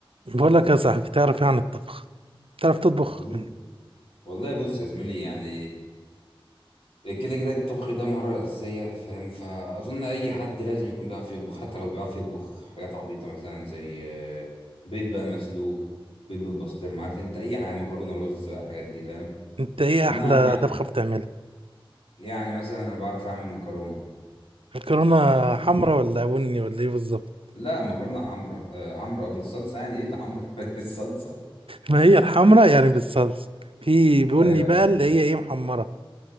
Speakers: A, on the right; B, on the left.
A: بقول لك يا صاحبي تعرف ايه عن الطبخ تعرف تطبخ
B: وال-
A: انت
B: والله بص يا زميلي يعني كده كده الطبخ ده مهارة أساسية فاهم فأظن أي حد لازم يكون بيعرف يطبخ حتى لو بيعرف يطبخ حاجات عبيطة مثلا زي آه، بيض بقى مسلوق بيض بالبسطرمة عارف أنت أي حاجة مكرونة ورز بقى الحاجات دي فاهم
A: أنت ايه
B: فأنا
A: احلى
B: يعني
A: طبخه بتعملها
B: يعني مثلا أنا بعرف أعمل مكرونة
A: مكرونه
B: فاهم
A: حمرا ولا بني ولا ايه بالظبط
B: لا مكرونة حمرا آه، حمرا أه بالصلصة يعني إيه اللي حمرا <laughs> الصلصة
A: ما هي الحمرا يعني بالصلصه في بني
B: أيوه
A: بقى
B: أيوه
A: اللي هي ايه محمره